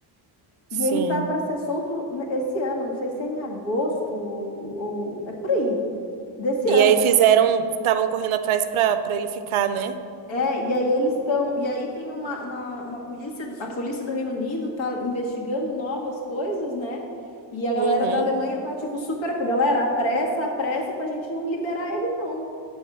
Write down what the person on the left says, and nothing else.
e ele tá para ser solto ne- esse ano, não sei se é em agosto ou, ou- é por aí desse
ano.
É, e aí eles estão, e aí tem uma, uma, uma polícia, do- a polícia do Reino Unido tá investigando novas coisas, né? E a galera
da Alemanha tá tipo super, galera, apressa, apressa pra gente não liberar ele não.